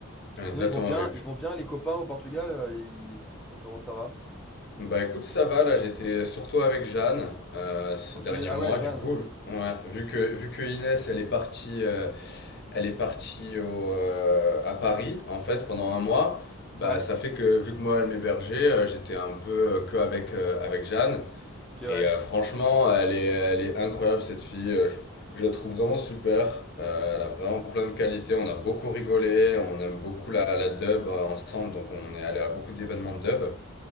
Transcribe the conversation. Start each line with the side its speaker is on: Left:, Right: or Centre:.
Left: Exactement.
Centre: Sinon, ils vont bien,
Left: Et puis,
Centre: ils vont bien les copains au Portugal, euh, ils- comment ça va?
Left: Bah écoute, ça va, là j'étais surtout avec Jeanne euh, ce
Centre: Ok,
Left: dernier
Centre: ah
Left: mois,
Centre: ouais, Jeanne.
Left: du coup, vu, ouais, vu que, vu que Inès elle est partie, euh, elle est partie au, euh, à Paris en fait pendant un mois, bah
Centre: Ouais,
Left: ça fait que vu que moi elle m'hébergeait, euh, j'étais un peu euh, que avec, euh, avec Jeanne.
Centre: ok,
Left: Et
Centre: ouais.
Left: euh, franchement, elle est, elle est incroyable cette fille, Euh, je, je la trouve vraiment super, Euh, elle a vraiment plein de qualités, on a beaucoup rigolé, on aime beaucoup la, la dub euh, ensemble, donc on est allé à beaucoup d'événements de dub.